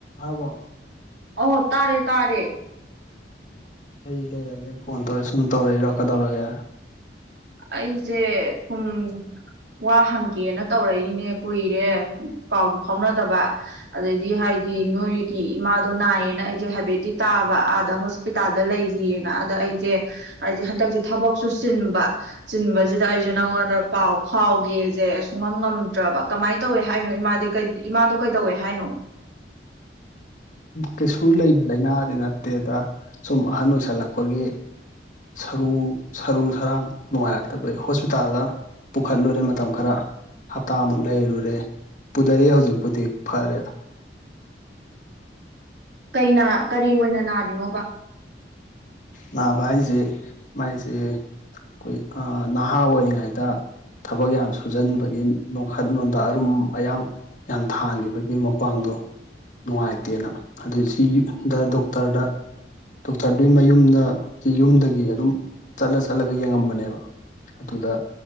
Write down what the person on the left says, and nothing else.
ꯑꯕ
ꯑꯩ ꯂꯩꯔꯒꯦ ꯐꯣꯟ ꯇꯧꯔꯦ ꯁꯨꯝ ꯇꯧꯔ ꯏꯔꯛꯀꯗꯧꯔꯒꯦ
ꯀꯩꯁꯨ ꯂꯩꯕ ꯂꯥꯏꯅꯥꯗꯤ ꯅꯠꯇꯦꯗ ꯁꯨꯝ ꯑꯍꯟ ꯑꯣꯏꯁꯜꯂꯛꯄꯒꯤ ꯁꯔꯨ ꯁꯔꯨ ꯁꯔꯥꯡ ꯅꯨꯡꯉꯥꯏꯔꯛꯇꯕꯒꯤ ꯍꯣꯁꯄꯤꯇꯥꯜꯗ ꯄꯨꯈꯠꯂꯨꯔꯦ ꯃꯇꯝ ꯈꯔ ꯍꯞꯇꯥꯃꯨꯛ ꯂꯩꯔꯨꯔꯦ ꯄꯨꯊꯔ ꯍꯧꯖꯤꯛꯄꯨꯗꯤ ꯐꯔꯦꯗ
ꯅꯥꯕ ꯍꯥꯏꯁꯦ ꯃꯥꯏꯁꯤꯦ ꯑꯩꯈꯣꯏ ꯅꯍꯥ ꯑꯣꯏꯔꯤꯉꯩꯗ ꯊꯕꯛ ꯌꯥꯝ ꯁꯨꯖꯟꯕꯒꯤ ꯅꯈꯠꯂꯣꯟꯣꯟꯗ ꯑꯔꯨꯝ ꯑꯌꯥꯡ ꯌꯥꯝ ꯊꯥꯡꯈꯤꯕꯒꯤ ꯃ꯭ꯋꯥꯡꯗꯣ ꯅꯨꯡꯉꯥꯏꯇꯦꯅ ꯑꯗꯨ ꯁꯤꯗ ꯗꯣꯛꯇꯔꯗ ꯗꯣꯛꯇꯔꯗꯨꯒꯤ ꯃꯌꯨꯝꯗ ꯌꯨꯝꯗꯒꯤ ꯑꯗꯨꯝ ꯆꯠꯂ ꯆꯠꯂꯒ ꯌꯦꯡꯉꯝꯕꯅꯦꯕ ꯑꯗꯨꯗ